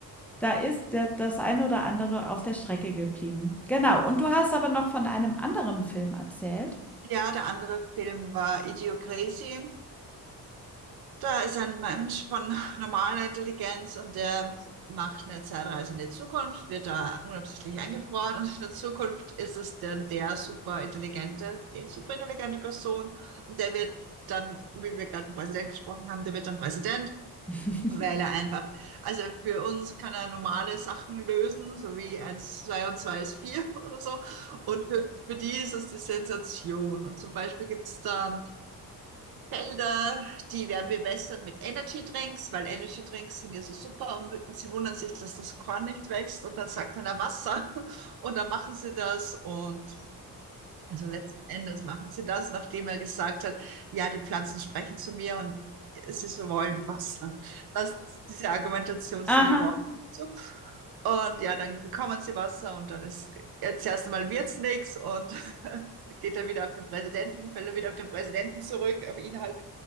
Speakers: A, in the centre; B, on the right (about 65°).
A: Da ist der das ein oder andere auf der Strecke geblieben. Genau, und du hast aber noch von einem anderen Film erzählt?
B: Ja, der andere Film war Idiocracy. Da ist ein Mensch von normaler Intelligenz und der macht eine Zeitreise in die Zukunft, wird da unabsichtlich eingefroren und in der Zukunft ist es dann der superintelligente, die superintelligente Person und der wird dann, wie wir gerade vom Präsident gesprochen haben, der wird dann Präsident,
A: <laughs>
B: weil er einfach, also für uns kann er normale Sachen lösen, so wie eins, zwei und zwei ist vier <laughs> oder so und für, für die ist es die Sensation und zum Beispiel gibt es da Felder, die werden bewässert mit Energy Drinks, weil Energy Drinks sind ja so super und sie wundern sich, dass das Korn nicht wächst und dann sagt einer Wasser <laughs> und dann machen sie das und also letzten Endes machen sie das, nachdem er gesagt hat, ja, die Pflanzen sprechen zu mir und sie so wollen Wasser. Was diese Argumentationslinie
A: Aha.
B: braucht. So. Und ja, dann bekommen sie Wasser und dann ist jetzt erst einmal wird's nichts und <laughs> geht er wieder auf den Präsidenten, fällt er wieder auf den Präsidenten zurück, auf ihn halt.